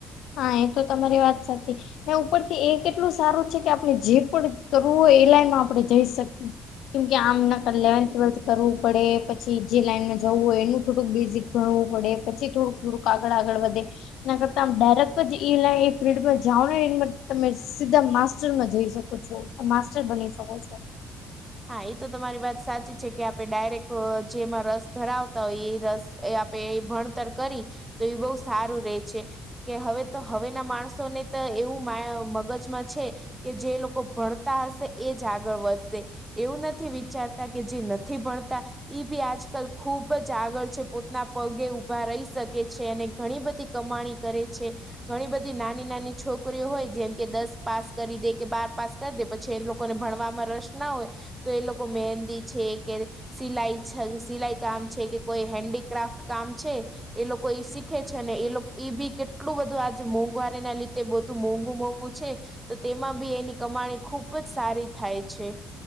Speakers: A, on the left; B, on the right.
A: હા એ તો તમારી વાત સાચી એ ઉપરથી એ કેટલું સારું છે કે આપણે જે પણ કરવું હોય એ લાઈનમાં આપણે જઈ શકી કેમ કે આમ ના ઈલેવંથ ટ્વેલ્થ કરવું પડે પછી જે લાઈનમાં જવું હોય એનું થોડુંક બેઝિક ભણવું પડે પછી થોડુંક થોડુંક આગળ આગળ વધે એના કરતા આમ ડાયરેક્ટ એ લાઈ ફિલ્ડમાં જાવ ને તમે સીધા માસ્ટરમાં જઈ શકો છો. માસ્ટર બની શકો છો.
B: હા એ તો તમારી વાત સાચી છે કે આપડે ડાયરેક્ટ જેમાં રસ ધરાવતા હોય એ રસ એ આપે ભણતર કરી તો એ બહુ સારું રે છે. કે હવે તો હવે ના માણસો ને તો એવું મા મગજમાં છે કે જે લોકો ભણતા હશે એ જ આગળ વધશે. એવું નથી વિચારતા કે જે નથી ભણતા ઈ બી આજકાલ ખુબ જ આગળ છે પોતના પગે ઊભા રહી શકે છે અને ઘણી બધી કમાણી કરે છે. ઘણી બધી નાની નાની છોકરીઓ હોય જેમ કે દસ પાસ કરી દે કે બાર પાસ કરી દે પછી એ લોકોને ભણવામાં રસ ના હોય તો એ લોકો મહેંદી છે કે સિલાઈ સિલાઈ કામ છે, કે કોઈ હેન્ડીક્રાફ્ટ કામ છે. એ લોકો એ શીખે છે ને એ એ બી કેટલું બધું આજ મોંઘવારી ના લીધે બધુ મોંઘું -મોંઘું નુ છે તો તેમાં બી એની કમાણી ખુબ જ સારી થાય છે.